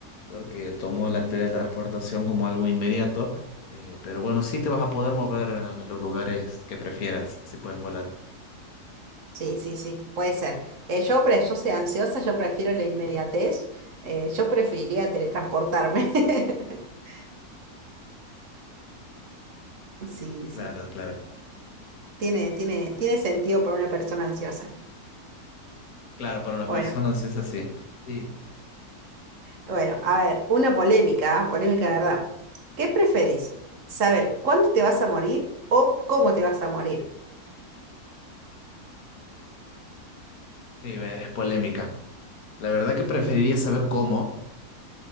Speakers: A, on the left; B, on the right.
A: porque tomo la teletransportación como algo inmediato, eh, pero bueno, sí te vas a poder mover a los lugares que prefieras, si puedes volar.
B: Sí, sí, sí, puede ser. Eh, yo, pre- yo soy ansiosa, yo prefiero la inmediatez. eh, yo preferiría teletransportarme. <laughs> Sí, sí.
A: Claro, claro.
B: Tiene, tiene, tiene sentido para una persona ansiosa.
A: Claro, para una
B: Bueno.
A: persona sí es así. Sí,
B: Bueno, a ver, una polémica, ¿ah? polémica de verdad. ¿Qué preferís? ¿Saber cuándo te vas a morir o cómo te vas a morir?
A: sí, es polémica. La verdad que preferiría saber cómo.